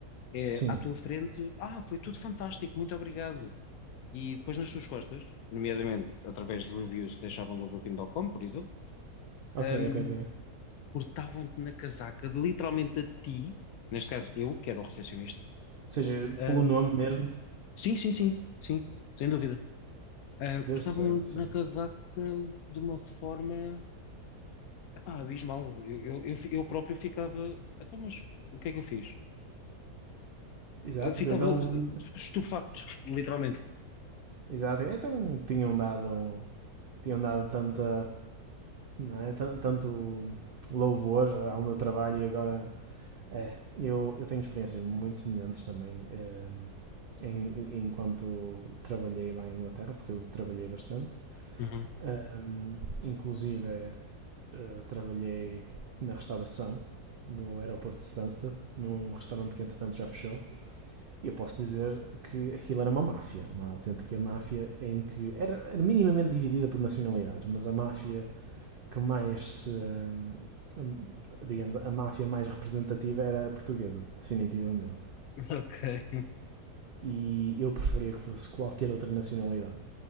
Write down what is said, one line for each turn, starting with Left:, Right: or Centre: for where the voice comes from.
Left: É
Right: sim.
Left: à tua frente, ah, foi tudo fantástico, muito obrigado. E depois nas suas costas, nomeadamente através de reviews que deixavam no Booking.com, por exemplo,
Right: Ok,
Left: hum,
Right: ok, ok. Ou
Left: cortavam-te na casaca, de literalmente a ti, neste caso eu, que era o recepcionista,
Right: seja,
Left: ahm,
Right: pelo nome mesmo,
Left: sim, sim, sim, sim, sem dúvida, Ah,
Right: Deus
Left: cortavam-me
Right: do céu. Isso
Left: na
Right: é...
Left: casaca de uma forma, epá, abismal. Eu, eu, eu, eu próprio ficava, então, mas o que é que eu fiz?
Right: Exato,
Left: Eu ficava
Right: então
Left: eh, estupefacto, literalmente.
Right: Exato. Então tinham dado, tinham dado tanta, não é? Tan- Tanto louvor ao meu trabalho e agora é. Eu, eu tenho experiências muito semelhantes também ehm, em, enquanto trabalhei lá em Inglaterra, porque eu trabalhei bastante.
Left: Uhum.
Right: Ehm, inclusive, eh, trabalhei na restauração, no aeroporto de Stansted, num restaurante que entretanto já fechou. E eu posso dizer que aquilo era uma máfia, uma autêntica máfia em que era, era minimamente dividida por nacionalidades, mas a máfia que mais se. hum, hum, digamos, a máfia mais representativa era a portuguesa, definitivamente.
Left: <laughs> Ok.
Right: E eu preferia que fosse qualquer outra nacionalidade.